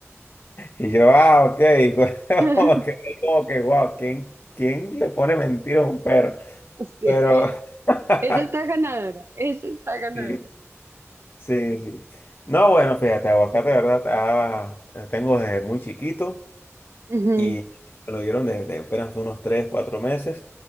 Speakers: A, on the left; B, on the right.
A: Y yo, ah, ok. <laughs>
B: <laughs>
A: Como que, como que, wow, ¿quién, quién le pone mentira a un perro?
B: Sí,
A: Pero... <laughs>
B: esa está ganadora, esa está ganadora.
A: Sí. Sí, sí. No, bueno, fíjate, aguacate, de verdad, ah, eh, tengo desde muy chiquito
B: Ujú.
A: y me lo dieron desde apenas unos 3, 4 meses.